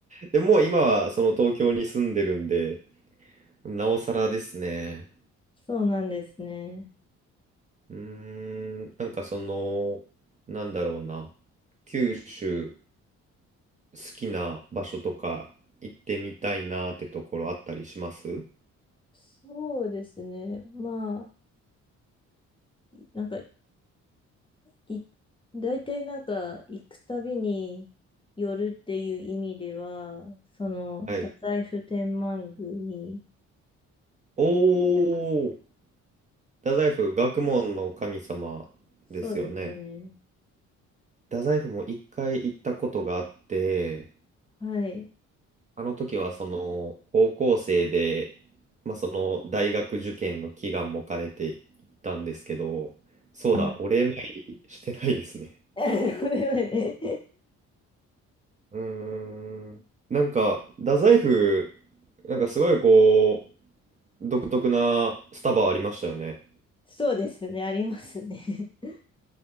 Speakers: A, on the right; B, on the left.
A: でもう今はその東京に住んでるんで、なおさらですね。
B: そうなんですね。
A: うーん、なんかその、なんだろうな。九州好きな場所とか行ってみたいなってところあったりします
B: そうですね。まあ、なんかい、大体なんか行くたびに寄るっていう意味では、その、
A: はい。
B: 太宰府天満宮に、
A: お
B: てます。
A: 太宰府、学問の神様ですよね。
B: そうですね。
A: 太宰府も一回行ったことがあって、
B: はい。
A: あの時はその高校生で、まあ、その大学受験の祈願も兼ねて行ったんですけど、そうだ、
B: はい。
A: お礼参りしてないですね。
B: <laughs> これはね
A: うーん。なんか、太宰府、なんかすごいこう、独特なスタバありましたよね。
B: そうですね、ありますね。<laughs>